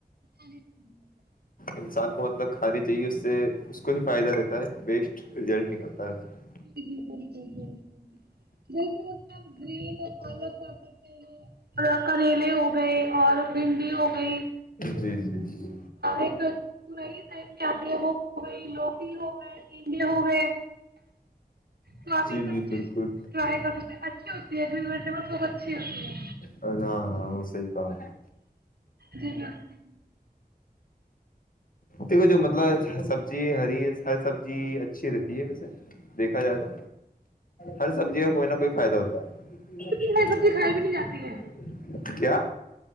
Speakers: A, on the right; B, on the left.
A: <unintelligible>
B: انسان کو مطلب کھانانی چاہیے اس سے اس کو بھی فائدہ رہتا ہے بیسٹ ریزلٹ نکلتا ہے
A: جی جی بالکل بالکل دیک اس گرین پالک کیا کرتے ہیں اور کریلے ہو گئے اور بھنڈی ہو گئی
B: جی جی جی
A: ایک پئی ٹائپ میں آتی ہے وہ ہو گئی لوکھی ہو گئے ٹنڈے ہو گئے تو آپ
B: جی
A: یہ سب
B: جی
A: چیز
B: بالکل
A: ٹرائی کر سکتے ہیں اچھے ہو اگ متے بت بہت اچھی ہوتی ہے
B: ہاں ہاں وہ صحی کہا
A: جی بالکل
B: دیکھو جو مطلب سبزی ہری ہر سبزی اچھی رہتی ہے ویسے دیکھا جائے تو ہر سبزی کا کوئی نہ کوئی فائدہ ہوتا ہے
A: اتنی ہری سبزی کھائی بھی نہیں جاتی ہے
B: کیا